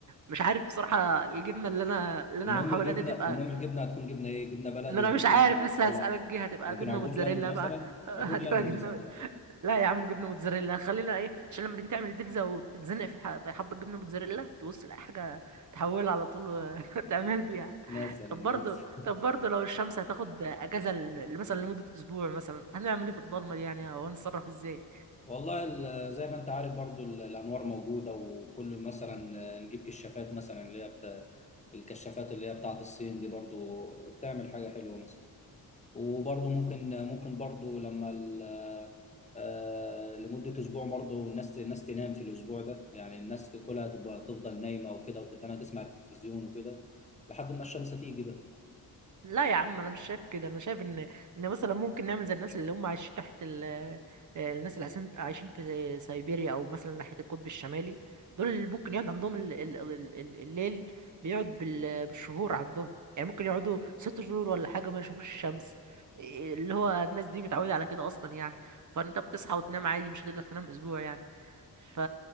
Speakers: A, on the right (about 50°); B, on the left (about 20°).
A: مش عارف بصراحه الجبنه اللي انا اللي انا
B: المهم
A: هحاولها
B: الجبنة
A: دي تبقى
B: المهم الجبنة هتكون جبنة ايه جبنة بلدي
A: ان انا
B: ولا
A: مش عارف
B: جبنة
A: لسه
B: ولا
A: هسألك دي هتبقى
B: يمكن
A: جبنه
B: عبور
A: موتزاريلا
B: لاند مثلا
A: بقى <laughs> هتبقى
B: عبور لاند
A: جبنه
B: مثلا تبقى حلو
A: لا يا عم جبنه موتزاريلا خلينا ايه عشان لما تيجي تعمل بيتزا وتتزنق في ح- في حبه جبنه موتزاريلا تبص لاي حاجه تحولها على طول و- <laughs> وتعمل بيها
B: مثلا
A: طب برضه
B: لسه <laughs>
A: طب برضه لو الشمس هتاخد اجازه ل- مثلا لمده اسبوع مثلا هنعمل ايه في الضلمه دي يعني او هنتصرف ازاي
B: والله ال- زي ما انت عارف برضو ال- الانوار موجودة وكل مثلا نجيب كشافات مثلا اللي هي الكشافات اللي هي بتاعت الصين دي برضو بتعمل حاجة حلوة مثلا وبرضو ممكن ممكن برضو لما ال- آه، لمدة أسبوع برضو الناس الناس تنام في الأسبوع ده يعني الناس كلها تبقى تفضل نايمة وكده وتتنى تسمع التلفزيون وكده لحد ما الشمس تيجي بقى
A: لا يا عم انا مش شايف كده انا شايف ان ان مثلا ممكن نعمل زي الناس اللي هم عايشين تحت ال... الناس اللي عايشين عايشين في سيبيريا او مثلا ناحيه القطب الشمالي دول اللي ممكن يقعد عندهم ال... ال... ال... ال- الليل بيقعد بال... بالشهور عندهم يعني ممكن يقعدوا ست شهور ولا حاجه ما يشوفوش الشمس إيه اللي هو الناس دي متعوده على كده اصلا يعني فانت بتصحى وتنام عادي مش هتقدر تنام اسبوع يعني ف...